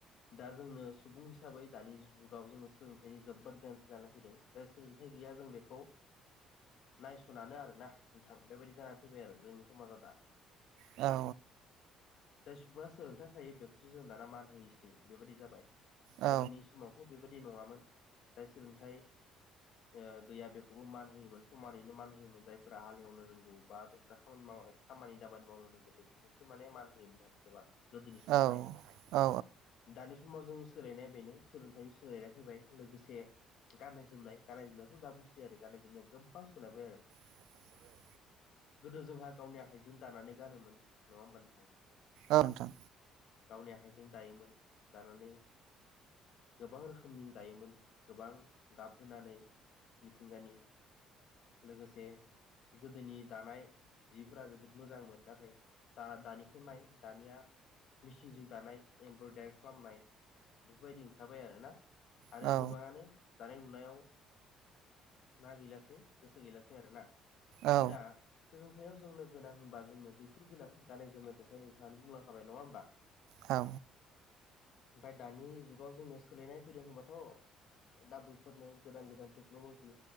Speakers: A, on the left (about 55°); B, on the right (about 80°).
A: दा जोंनो सुबुं हिसाबै दानि जुगाव जोंङो सोलोंथाइनि जोबोद गोनांथि जानानै फैदों जाय सोलोंथाइ गैया जों बेखौ नायस'ननानै आरोना नोंथां बेबायदि जानानै फैबाय आरो जोंनि समाजाव दा
B: औ
A: जाय सुबुंङा सोलोंथाइ थायो बेखौसो जों दाना मान होयोसै बेबायदि जाबाय
B: औ
A: गोदोनि समावथ' बेबायदि नंङामोन जाय सोलोंथाइ ओ गैया बेखौबो मान होयोमोन समानैनो मान होयोमोन जायफोरा हालेवनो रोंगौ बा जायफ्रा खामानि माव? खामानि दामानि मावनो रोंगौ बेफोरखौसो माने मान होयोमोन आरो गोबां गोदोनि समावहाय
B: औ औ
A: दानि समाव जोंनि सोलायनाया बेनो सोलोंथाइनि सोलायनाया फैबाय लोगोसे गाननाय जोमनाय गाननाय जोमनायखौ दा बुंसै आरो गाननाय जोमनाया गोबां सोलायबाय आरो
B: <inaudible>
A: गोदो जोंहा गावनि आखाइजों दानानै गानोमोन नंङा होमबा नोंथां
B: औ नोंथां
A: गावनि आखाइजों दायोमोन दानानै गोबां रोखोमनि दायोमोन गोबां गाब होनानै मिथिंगानि लोगोसे गोदोनि दानाय जिफोरा जोबोद मोजांमोन नाथाय दा-दानिखौ नाय दानिया मेचिनजों दानाय एमब्रयदारि खालामनाय बेफोरबायदि ओंखारबाय आरोना आरो
B: औ
A: गोबांङानो दानाय लुनायाव ना गैलासेै गोसो गैलासै आरोना
B: औ
A: दा सोलोंथाइयाव जोंनो गोनां होनबा जोंनो बैफोर गोनां गाननाय जोमनाय दहाय नोंथांङानो बुंलांखाबाय नंङा होमबा
B: औ
A: ओमफ्राय दानि जुगाव जोंनिया सोलायनाय फैदों होनबाथ' दा बैफोरनो गोदान गोदान टेक्न'ल'जि